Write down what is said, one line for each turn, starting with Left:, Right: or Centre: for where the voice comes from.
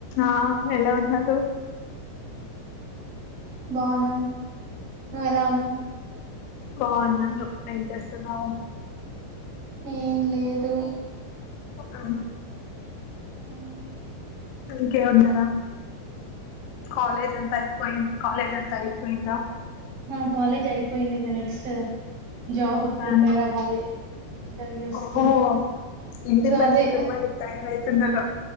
Left: ఆ ఎలా ఉన్నారూ
Right: బాగున్నాం నువ్వు ఎలా ఉన్నావు
Left: బాగున్నాను ఏం చేస్తున్నావ్
Right: ఏం లేదు
Left: ఆ
Right: ఉమ్
Left: ఇంకే ఉన్నారా కాలేజ్ అంతా అయిపోయింది కాలేజ్ అంత అయిపోయిందా
Right: ఆ కాలేజ్ అయిపోయింది ఇంకా నెక్స్ట్ జాబ్ ప్రిపేర్
Left: ఆ
Right: అవ్వాలి ఇంటర్వ్యూస్
Left: ఓహో
Right: కి
Left: ఇండిపెండెంట్
Right: సో అదే
Left: ఉమెన్ తయారవుతున్నారు